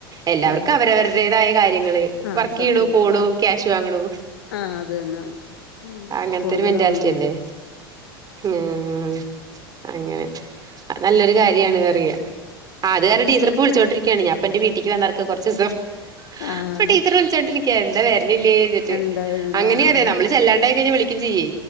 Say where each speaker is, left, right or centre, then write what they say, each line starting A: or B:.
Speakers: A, on the right (about 30°); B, on the left (about 70°).
A: എല്ലാവർക്കും
B: ആഹ്
A: അവരവരുടേതായ കാര്യങ്ങള്
B: ആഹ്
A: വർക്കെയ്യ്ണു
B: സത്യ
A: പോണു
B: ഇപ്പ
A: ക്യാഷ് വാങ്ങ്ണു
B: ആഹ് അത് തന്നെ ഉം
A: അങ്ങൻത്തൊരു
B: കൂടുതലും
A: മെന്റാലിറ്റി
B: അങ്ങനെന്നെ
A: അല്ലേ ആഹ് ഉം അങ്ങനെ അത് നല്ലൊരു കാര്യാണ് റിയ ആഹ് അത് കാരണം ടീച്ചറ്
B: ഇപ്പം
A: ഇപ്പൊ വിളിച്കോണ്ടിരിണ് ഞാപ്പന്റെ വീട്ടിക്ക് വന്നാർക്ക കൊർചീസം
B: ആഹ്
A: പ്പ ടിച്ചറ് വിളിച്ചോണ്ടിരിക്ക എന്താ വരുണില്ലേ ച്ചിട്ട്
B: എന്താ
A: അങ്ങനെയറിയ
B: ആഹ്
A: നമ്മള് ചെല്ലാണ്ടായി കഴിഞ്ഞ വിളിക്കും ചെയ്യേ